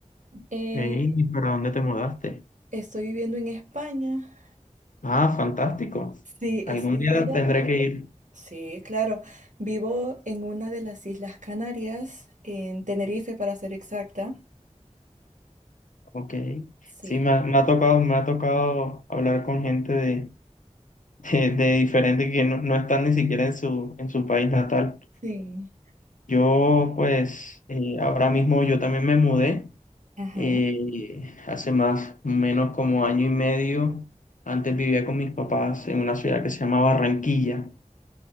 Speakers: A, on the right; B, on the left.
A: Eh,
B: ¿Qué- ¿Y para dónde te mudaste?
A: estoy viviendo en España.
B: Ah, fantástico.
A: Sí,
B: Algún
A: estoy viviendo
B: día tendré que ir.
A: Sí, claro. Vivo en una de las Islas Canarias, en Tenerife para ser exacta.
B: Ok.
A: Sí,
B: Sí, me ha, me ha tocado, me ha tocado hablar con gente de, de, de diferente que no, no están ni siquiera en su, en su país natal.
A: sí.
B: Yo, pues, eh, ahora mismo yo también me mudé.
A: Ajá.
B: Eh, hace más o menos como año y medio, antes vivía con mis papás en una ciudad que se llama Barranquilla,